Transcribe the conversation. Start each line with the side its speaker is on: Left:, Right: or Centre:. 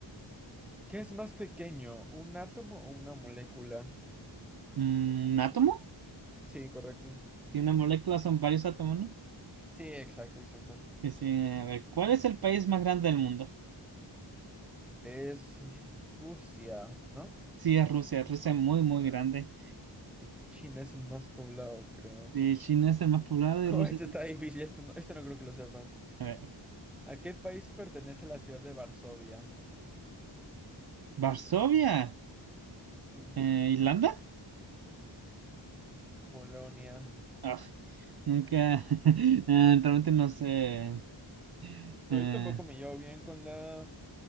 Centre: ¿Qué es más pequeño, un átomo o una molécula?
Right: Mm, ¿Un átomo?
Centre: Sí, correcto.
Right: Tiene una molécula, son varios átomos, ¿no?
Centre: Sí, exacto, exacto.
Right: Sí, sí, a ver, ¿cuál es el país más grande del mundo?
Centre: Es Rusia, ¿no?
Right: Sí, es Rusia, Rusia es muy, muy
Centre: Nice.
Right: grande.
Centre: Y China es el más poblado, creo.
Right: Sí,
Centre: <laughs>
Right: China es el más poblado
Centre: No,
Right: y Rusia
Centre: este
Right: es
Centre: está
Right: el-
Centre: difícil, este no, este no creo que lo sepas.
Right: A ver,
Centre: ¿A qué país pertenece la ciudad de Varsovia?
Right: ¿Varsovia?
Centre: Sí,
Right: Eh, ¿Islanda?
Centre: Polonia.
Right: Ah, nunca, <laughs> eh, realmente no sé.
Centre: No,
Right: Eh,
Centre: yo tampoco me llevo bien con la...